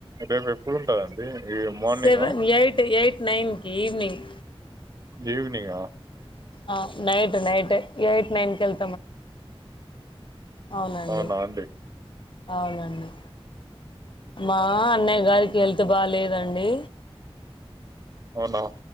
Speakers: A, on the right; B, on the left.
A: రేపు ఎప్పుడుంటదండి ఈ మార్నింగ్
B: సెవెన్
A: ఆ
B: ఎయిట్ ఎయిట్ నైన్కి ఈవినింగ్
A: ఈవనింగా
B: ఆ నైట్ నైట్ ఎయిట్ నైన్ కల్ అవునండి
A: అవునాండి
B: అవునండి మా అన్నయ్య గారికి హెల్త్ బాగా లేదండి
A: అవునా